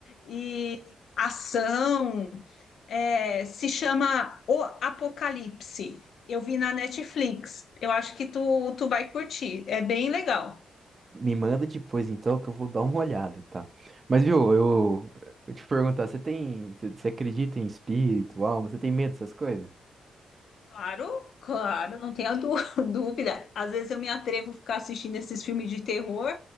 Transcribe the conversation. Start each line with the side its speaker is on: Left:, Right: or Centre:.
Left: e ação. é, se chama O Apocalipse. Eu vi na Netflix. Eu acho que tu, tu vai curtir. É bem legal.
Right: Me manda depois então que eu vou dar uma olhada, tá? Mas viu, eu, eu te perguntar, você tem, você você acredita em espírito, alma? Você tem medo dessas coisas?
Left: Claro, claro, não tenha dú- <laughs> dúvida. Às vezes eu me atrevo a ficar assistindo esses filmes de terror,